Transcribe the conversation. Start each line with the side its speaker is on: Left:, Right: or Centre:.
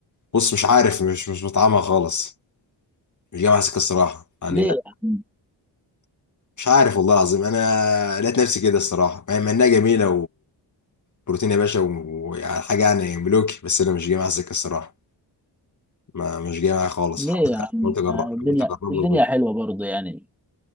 Left: بص مش عارف مش مش بطعمها خالص مش جايه معايا سكه الصراحه يعني
Centre: ليه
Left: لا
Centre: يا عم
Left: مش عارف والله العظيم انا لقيت نفسي كده الصراحه مع مع انها جميله وبروتين يا باشا و- ويعني حاجه يعني ملوكي بس انا مش جايه معايا سكه الصراحه ما مش جايه معايا خالص
Centre: ليه
Left: حاولت
Centre: يا عم
Left: حاولت اجرب
Centre: آه، الدنيا
Left: حاولت اجربها
Centre: الدنيا حلوه برضه يعني